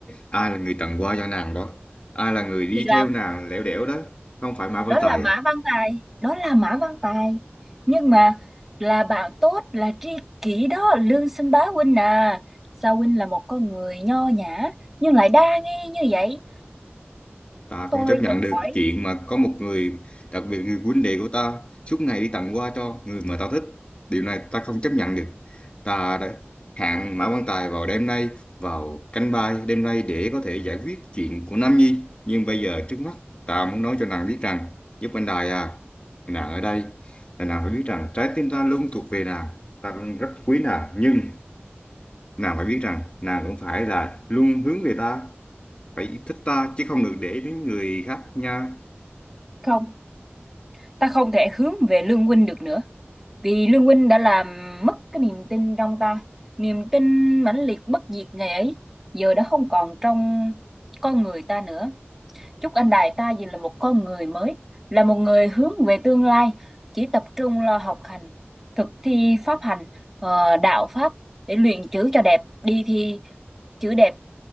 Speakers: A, on the left; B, in the centre.
A: ai là người tặng hoa cho nàng đó ai là người đi
B: thì làm
A: theo nàng lẻo đẻo đó không phải mã quan
B: đó
A: tài
B: là Mã
A: à
B: Văn Tài đó là Mã Văn Tài nhưng mà là bạn tốt là tri kỷ đó Lương Sinh Bá huynh à sao huynh là một con người nho nhã nhưng lại đa nghi như vậy
A: Ta
B: tôi
A: không chấp nhận
B: tự
A: được
B: hỏi
A: cái chuyện mà có một người, đặc biệt người huynh đệ của ta, suốt ngày đi tặng hoa cho người mà ta thích. Điều này ta không chấp nhận được. Ta đã hẹn Mã Quang Tài vào đêm nay, vào canh ba đêm nay để có thể giải quyết chuyện của Nam Nhi. Nhưng bây giờ trước mắt, ta muốn nói cho nàng biết rằng, giúp anh Đài à, nàng ở đây, là nàng phải biết rằng trái tim ta luôn thuộc về nàng. Ta luôn rất quý nàng, nhưng nàng phải biết rằng nàng cũng phải là luôn hướng về ta phải thích ta chứ không được để đến người khác nha
B: không ta không thể hướng về Lương huynh được nữa vì Lương huynh đã làm mất cái niềm tin trong ta niềm tin mãnh liệt bất diệt ngày ấy giờ đã không còn trong con người ta nữa Chúc anh Đại ta dù là một con người mới, là một người hướng về tương lai, chỉ tập trung lo học hành, thực thi pháp hành, ờ, đạo pháp để luyện chữ cho đẹp, đi thi chữ đẹp